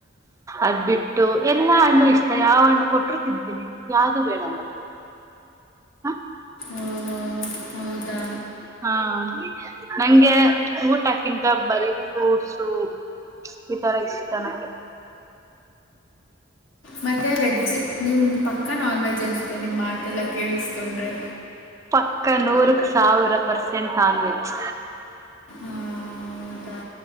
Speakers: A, on the right (about 15°); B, on the left (about 70°).
A: ಅದ್ಬ ಬಿಟ್ಟು ಎಲ್ಲಾ ಹಣ್ಣು ಇಷ್ಟ ಯಾವ ಹಣ್ಣು ಕೊಟ್ಟರು ತಿಂತೀನಿ ಯಾವ್ದು ಬೇಡ ಅನ್ನಲ್ಲ ಹ
B: ಓ, ಹೌದಾ
A: ಹಾ ಹ ನಂಗೆ ಊಟಕ್ಕಿಂತ ಬರೀ ಫ್ರೂಟ್ಸು ಈ ತರ ಇಷ್ಟ ನಂಗೆ
B: ಮತ್ತು ವೆಜ್ ನಿಮ್ಮ ಪಕ್ಕ ನಾನ್ ವೆಜ್ ಅನಿಸುತ್ತೆ ನಿಮ್ಮ ಮಾತೆಲ್ಲ ಕೇಳಿಸ್ಕೊಂಡ್ರೆ
A: ಪಕ್ಕಾ ನೂರಕ್ ಸಾವಿರ ಪರ್ಸೆಂಟ್ ನಾನ್ವೆಜ್
B: ಆ, ಹೌದಾ